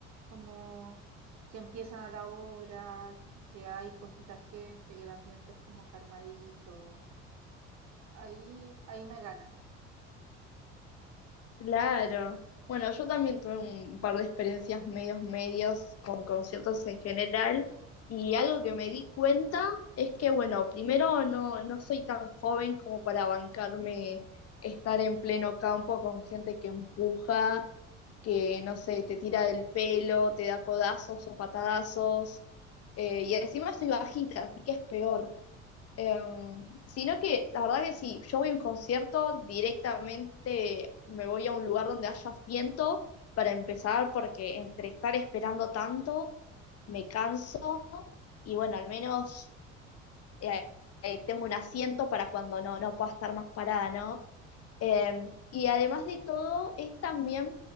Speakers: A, on the right (about 45°); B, on the left (about 40°).
A: como que empiezan a la hora, que hay poquita gente, que el ambiente es como calmadito. Ahí, ahí me ganan,
B: Claro. Bueno, yo también tuve un par de experiencias medios medios con conciertos en general y algo que me di cuenta es que, bueno, primero no, no soy tan joven como para bancarme estar en pleno campo con gente que empuja, que, no sé, te tira del pelo, te da codazos o patadazos eh, y encima soy bajita, así que es peor. Em, sino que la verdad que si yo voy a un concierto, directamente me voy a un lugar donde haya asiento para empezar, porque entre estar esperando tanto, me canso y bueno, al menos eh, eh, tengo un asiento para cuando no, no pueda estar más parada, ¿no? Em, y además de todo, es también